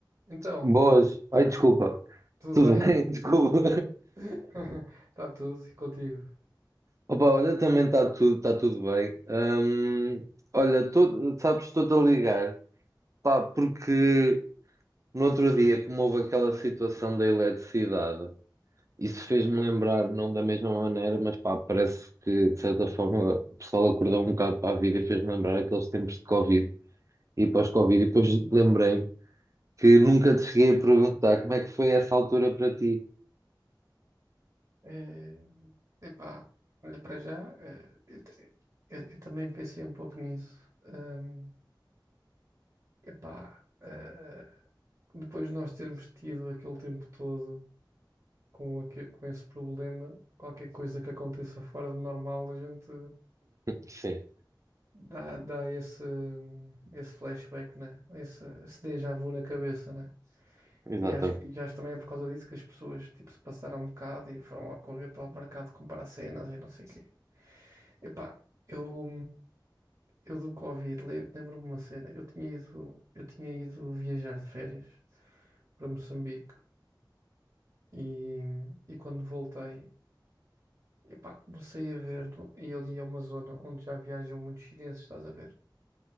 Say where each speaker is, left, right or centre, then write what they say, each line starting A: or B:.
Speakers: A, on the right; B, on the right.
A: Então,
B: Boas. Ai, desculpa.
A: tudo
B: Tudo
A: bem?
B: bem? <laughs> Desculpa.
A: <laughs> Está tudo e contigo?
B: Opa, olha, também está tudo, tá tudo bem. Hum, olha, tô- sabes, estou-te a ligar. Pá, porque no outro dia, como houve aquela situação da eletricidade, isso fez-me lembrar, não da mesma maneira, mas pá, parece que de certa forma o pessoal acordou um bocado para a vida e fez-me lembrar aqueles tempos de Covid e pós-Covid. E depois lembrei que nunca te cheguei a perguntar como é que foi essa altura para ti.
A: Eh, epá, olha, para já, eh, eu, te- eu- eu também pensei um pouco nisso. Ahm, epá, eh, depois de nós termos tido aquele tempo todo com, aque- com esse problema, qualquer coisa que aconteça fora do normal, a gente
B: Sim,
A: dá, dá esse, esse flashback, né? Esse, esse déjà vu na cabeça, né?
B: exatamente.
A: E acho, e acho também é por causa disso que as pessoas tipo, se passaram um bocado e foram a correr para o mercado comprar cenas e não sei o quê. Epá, eu, eu do Covid le- lembro-me uma cena. Eu tinha ido, eu tinha ido viajar de férias para Moçambique e, e quando voltei, epá, comecei a ver, no- e ali é uma zona onde já viajam muitos chineses, estás a ver?